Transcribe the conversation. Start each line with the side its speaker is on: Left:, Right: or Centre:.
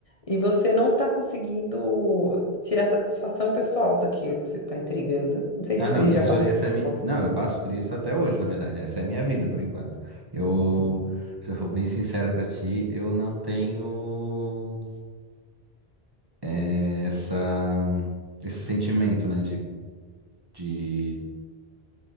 Left: E você não está conseguindo tirar satisfação pessoal daquilo que você está entregando. Não sei
Right: Ah,
Left: se você
Right: não, isso
Left: já passou.
Right: essa é mi...
Left: por isso.
Right: Não, eu passo por isso até hoje, na verdade. Essa é a minha vida por enquanto. Eu, se eu for bem sincero pra ti, eu não tenho é, essa esse sentimento, né, de, de,